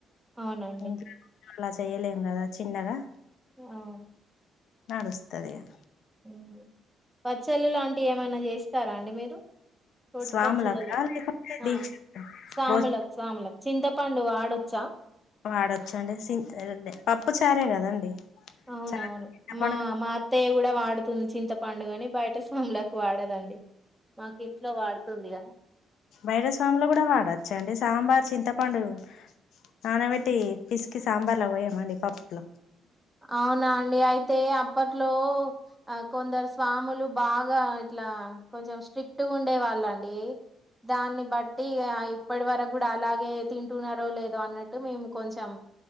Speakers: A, in the centre; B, on the left.
A: అవునండి.
B: ఇంట్లో అలా చేయలేం కదా చిన్నగా
A: అవును
B: నడుస్తాదిగా
A: హ్మ్ పచ్చళ్ళు లాంటివి ఏమైనా చేస్తారా అండి మీరు రోటిపచ్చలన
B: స్వాములకా లేకుంటే దీక్ష
A: ఆ సాములకు
B: భోజ
A: స్వాములకు చింత పండ్ ప్పండు వాడొచ్చా
B: వాడొచ్చి అండి సి పప్పు చారే కదండి,
A: అవునవును
B: చారు చింతపండు
A: మా మా అత్తయ్య కూడా వాడుతుంది, చింత పండుగని బయట స్వాములకు వాడదండి. మాకు ఇంట్లో వాడుతుంది. గా
B: బైట స్వామిలో కూడా వాడచ్చా అండి సాంబార్ చింతపండు నానబెట్టి పిసికి సాంబార్లు అ పోయయామండి పప్పుకు
A: అవునా అండి అయితే అప్పట్లో కొందరు స్వాములు బాగా ఇట్లా కొంచెం స్ట్రిక్ట్గా ఉండే వాళ్ళండి, దాన్ని బట్టి ఇప్పటి వరకు కూడా అలాగే తింటున్నారో లేదో అన్నట్టు మేము కొంచెం